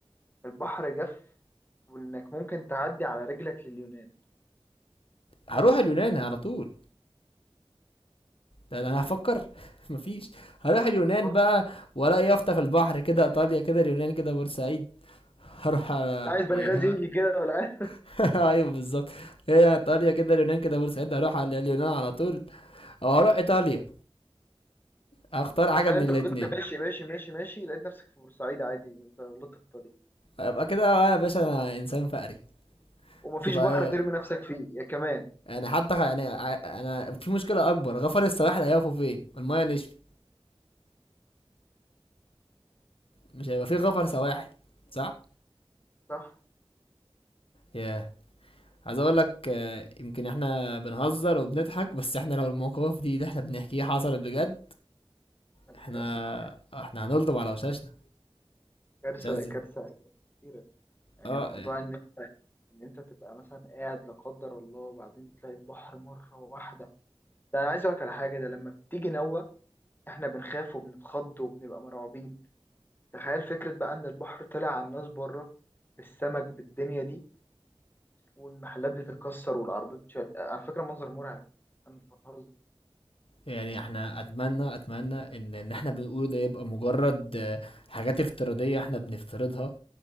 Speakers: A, on the left; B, on the left.
A: البحر جف وانك ممكن تعدي على رجلك لليونان
B: هروح اليونان على طول لا لا، انا هفكر <laughs> <applause> مفيش هروح اليونان
A: فكر
B: بقى ولا يافطة في البحر كده ايطاليا كده اليونان كده بورسعيد هروح على
A: لا عايز بنغازي
B: اليونان.
A: يجي كده ولا عايز <laughs>
B: <laughs> ايوه بالظبط هي ايطاليا كده اليونان كده بورسعيد هروح على اليونان على طول او هروح ايطاليا هختار حاجة
A: تخيل
B: من
A: انت
B: الاتنين
A: فضلت ماشي ماشي ماشي ماشي لقيت نفسك في بورسعيد عادي وانت غلطت في الطريق
B: ابقى كده بقى يا باشا انا انسان فقري
A: ومفيش
B: تبقى
A: بحر ترمي نفسك فيه يا كمان
B: يعني حتى خ- يعني ع- انا في مشكلة اكبر غفر السواحل هيقفوا فين المايه نشفت مش هيبقى في غفر سواحل صح
A: صح
B: ياه عايز اقول لك آه، يمكن احنا بنهزر وبنضحك بس احنا لو المواقف دي اللي احنا بنحكيها حصلت بجد
A: هتبقى
B: احنا
A: كارثة طبعا
B: احنا هنلطم على وشاشنا
A: كارثة
B: مش عايز
A: كارثة كارثة كبيرة يعني
B: اه
A: موضوع إن أنت إن أنت تبقى مثلا قاعد لا قدر الله وبعدين تلاقي البحر مرة واحدة ده أنا عايز أقولك على حاجة ده لما بتيجي نوة إحنا بنخاف وبنتخض وبنبقى مرعوبين تخيل فكرة بقى إن البحر طلع على الناس بره بالسمك بالدنيا دي والمحلات بتتكسر والعربيات بتشال على فكرة منظر مرعب أنا مش بهزر
B: يعني احنا اتمنى اتمنى ان ان احنا بنقوله ده يبقى مجرد آه، حاجات افتراضية احنا بنفترضها